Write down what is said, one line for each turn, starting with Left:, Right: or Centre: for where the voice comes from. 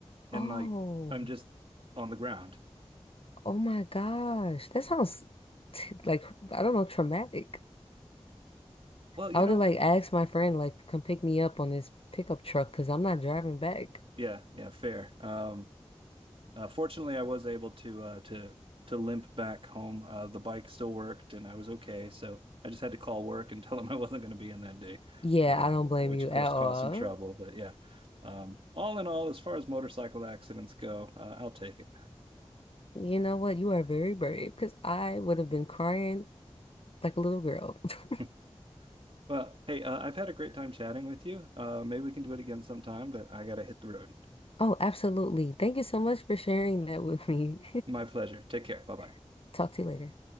Right: And
Left: Oh,
Right: like I'm just on the ground.
Left: oh my gosh. That sounds t like I don't know, traumatic.
Right: Well, you
Left: I would
Right: know,
Left: have like asked my friend like come pick me up on this pickup truck because I'm not driving back.
Right: Yeah, yeah, fair. Um, uh, fortunately, I was able to uh, to to limp back home. Uh, the bike still worked, and I was okay. So I just had to call work and <laughs> tell them I wasn't going to be in that day,
Left: Yeah,
Right: uh,
Left: I don't
Right: which
Left: blame you
Right: of course
Left: at
Right: caused
Left: all.
Right: some trouble. But yeah, um, all in all, as far as motorcycle accidents go, uh, I'll take it.
Left: You know what? You are very brave because I would have been crying like a little girl. <laughs>
Right: <laughs> well, hey, uh, I've had a great time chatting with you. Uh, maybe we can do it again sometime, but I got to hit the road.
Left: Oh, absolutely. Thank you so much for sharing that with me.
Right: My pleasure. Take care. Bye bye.
Left: <laughs> Talk to you later.